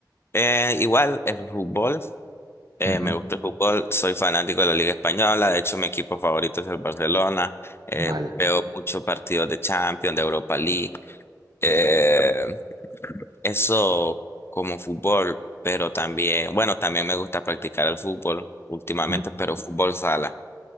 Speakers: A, on the left (about 35°); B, on the right (about 65°).
A: Eh, igual el fútbol, eh,
B: Ujú,
A: me gusta el fútbol, soy fanático de la Liga Española, de hecho mi equipo favorito es el Barcelona, eh,
B: Vaya.
A: veo muchos partidos de Champions, de Europa League. Eh, eso como fútbol, pero también, bueno, también me gusta practicar el fútbol últimamente,
B: Ujú.
A: pero fútbol sala.